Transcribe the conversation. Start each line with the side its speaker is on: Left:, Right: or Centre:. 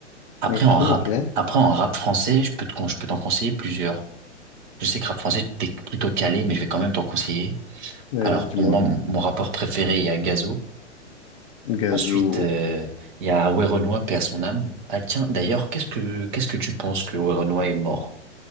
Right: Après,
Left: Ok,
Right: en rap,
Left: ok.
Right: après, en rap français, je peux te, con- je peux t'en conseiller plusieurs. Je sais que rap français, t'es plutôt calé, mais je vais quand même t'en conseiller.
Left: Vas-y,
Right: Alors,
Left: dis-moi.
Right: pour moi, mon, mon rappeur préféré, il y a Gazo.
Left: Gazo.
Right: Ensuite, euh, il y a Werenoi, paix à son âme. Ah tiens, d'ailleurs, qu'est-ce que qu'est-ce que tu penses que Werenoi est mort?